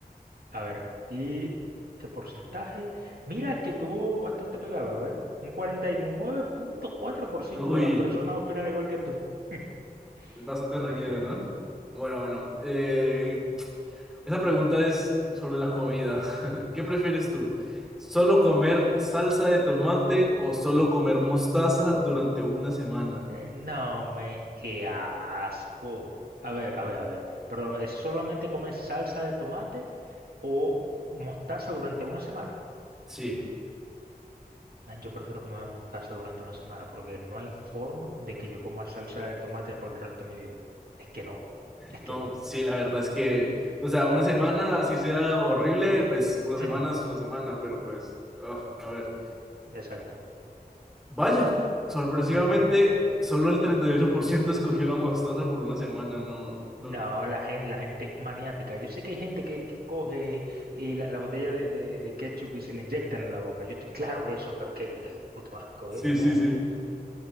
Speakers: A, on the right (about 75°); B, in the centre.
A: A ver, ¿y qué porcentaje? Mira que tuvo bastante pegado, ¿eh? Un cuarenta y nueve punto cuatro por ciento
B: Uy,
A: de las personas opinan igual que tú. <laughs>
B: es bastante reñido,
A: ¿Para qué?
B: ¿no? Bueno, bueno, eh, Esa pregunta es sobre la comida. <laughs> ¿Qué prefieres tú? ¿Solo comer salsa de tomate o solo comer mostaza durante una semana?
A: Eh, No, men, qué asco. A ver, a ver, a ver. Pero es solamente comer salsa de tomate o mostaza durante una semana.
B: Sí,
A: Men, yo prefiero comer mostaza durante una semana porque no hay forma de que yo coma salsa de tomate por el resto de mi vida. Es que no, es
B: no,
A: que no.
B: sí, la verdad es que, o sea, una semana, así sea horrible, pues una
A: Ujú,
B: semana es una semana, pero pues, ah, a ver.
A: Exacto.
B: Vaya, sorpresivamente,
A: ujú.
B: solo el 38% escogió la mostaza por una semana, no, no,
A: No, la gente, la gente es maniática. Yo sé que hay gente que, que coge eh, la, la botella de, de- de ketchup y se le inyectan en la boca. Yo estoy claro de eso, pero qué, qué puto asco,
B: sí,
A: viejo, no.
B: sí, sí.